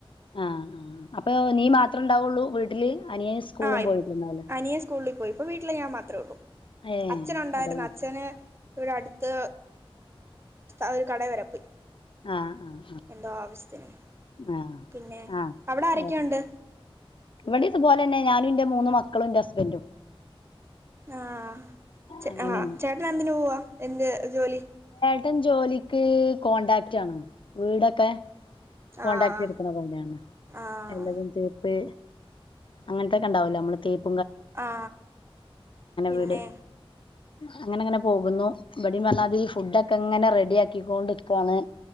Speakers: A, on the left; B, on the right.
A: ആഹ ആ അപ്പൊ നീ മാത്രമേ ഉണ്ടാവുള്ളൂ വീട്ടില് അനിയൻ സ്കൂളും
B: ആ
A: പോയിട്ടുണ്ടാവല്ലോ
B: അനിയെ സ്കൂളിൽ പോയി ഇപ്പൊ വീട്ടില് ഞാൻ മാത്രേ ഉള്ളൂ
A: ഏഹ്
B: അച്ഛന് ഉണ്ടായിരുന്നു
A: അതെ
B: അച്ഛന് ഇവിടെ അടുത്ത് ആ ഒരു കട വരെ പോയി
A: ആഹ് ആഹ്
B: എന്തോ ആവശ്യത്തിനെ
A: ആഹ്
B: പിന്നെ
A: ആഹ് ആഹ്
B: അവിടെ ആരൊക്കെയുണ്ട്
A: അതെ ഇവിടെ ഇതുപോലെ തന്നെ ഞാനും ഇന്റെ മൂന്ന് മക്കളും എന്റെ ഹസ്ബൻറും
B: ആഹ
A: അങ്ങനെന്നെ
B: ആഹ ചേട്ടന് എന്തിന് പോവാ എന്ത് ജോലി
A: ഏട്ടൻ ജോലിക്ക് കോണ്ടാക്ട് ആണ് വീടൊക്കെ കോടാക്ട്
B: ആഹ്
A: എടുക്കണ പണിയാണ്
B: ആഹ്
A: എല്ലതും തേപ്പ് അങ്ങനത്തെ ഉണ്ടാവലോ നമ്മള് തേപ്പ്
B: ആ പിന്നെ
A: വീട് അങ്ങനെ അങ്ങനെ പോകുന്നു ഇവിടേം പറഞ്ഞമാതിരി ഈ ഫുഡൊക്കെ ഇങ്ങനെ റെഡി ആക്കി കൊണ്ടു നിക്കുവാണ്